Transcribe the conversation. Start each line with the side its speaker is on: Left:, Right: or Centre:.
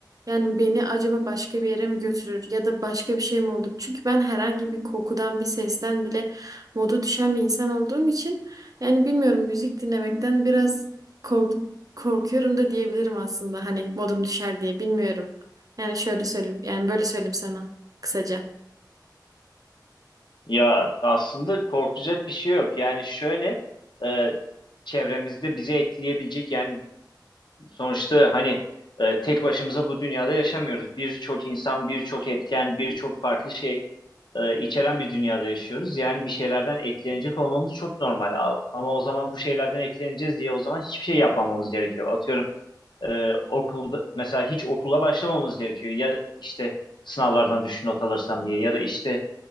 Right: Yani beni acaba başka bir yere mi götürür ya da başka bir şey mi olur? Çünkü ben herhangi bir kokudan, bir sesten bile modu düşen bir insan olduğum için yani bilmiyorum müzik dinlemekten biraz kork korkuyorum da diyebilirim aslında. Hani modum düşer diye bilmiyorum. Yani şöyle söyleyeyim, yani böyle söyleyeyim sana kısaca.
Left: Ya aslında korkacak bir şey yok. Yani şöyle e, çevremizde bizi etkileyebilecek yani Sonuçta hani e, tek başımıza bu dünyada yaşamıyoruz. Birçok insan, birçok etken, birçok farklı şey e, içeren bir dünyada yaşıyoruz. Yani bir şeylerden etkilenecek olmamız çok normal. A- Ama o zaman bu şeylerden etkileneceğiz diye o zaman hiçbir şey yapmamamız gerekiyor. Atıyorum e, okulda mesela hiç okula başlamamamız gerekiyor. Ya işte sınavlardan düşük not alırsam diye ya da işte